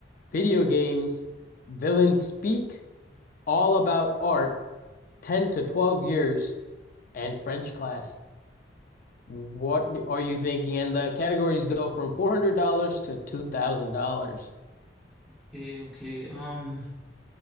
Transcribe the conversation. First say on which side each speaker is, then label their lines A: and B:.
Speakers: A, on the left; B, in the centre.
A: video games, villains speak, all about art, 10 to 12 years, and French class. What are you thinking? And the categories go from $400 to $2,000.
B: Okay, okay. Um,